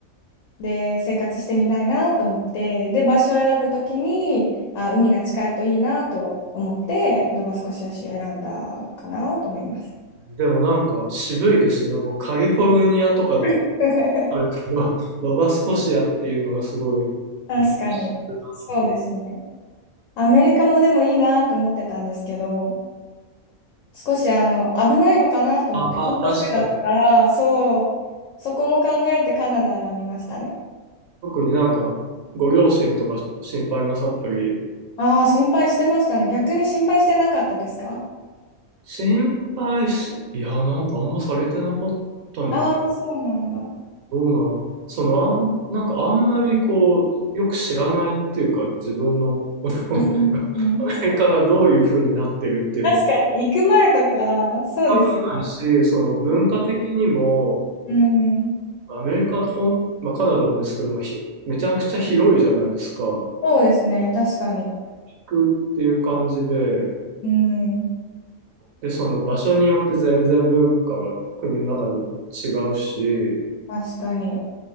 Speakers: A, on the left; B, on the right.
A: で生活してみたいなと思ってで場所を選ぶ時にあ海が近いといいなと思ってノバスコシア州を選んだかなと思います。
B: でもなんか渋いですよね。なんかカリフォルニアとかだっ
A: <laughs>
B: たらあるけど、<laughs> ノバスコシアっていうのがすごい
A: 確かにそうですね。
B: 一緒だなと。
A: アメリカもでもいいなって思ってたんですけど、少しあの危ないのかなと思って、
B: あ、まあ確かに。
A: 高校生だったから、そう、そこも考えてカナダ選びましたね。
B: 特になんかご両親とか心配なさったり、
A: ああ、心配してましたね。逆に心配してなかったですか
B: 心配す、いや、なんかあんまされてなかったのか。
A: ああー、そうなんだ。う
B: どうなん、そのあん、なんかあんまりこう、よく知らないっていうか、自分の親
A: んうんうん、
B: がアメリカが
A: 確
B: <laughs> どういう風になってるっていうこと
A: かに、行く前とか、そうですよ。
B: もないし、その文化的にも、
A: うん、
B: アメリカ、ほん、まあ、カナダもですけど、まあ、ひめちゃくちゃ広いじゃないですか。
A: そうですね、確かに。
B: 国っていう感じで、
A: うん、
B: で、その場所によって全然文化が国の中でも違うし、
A: 確かに。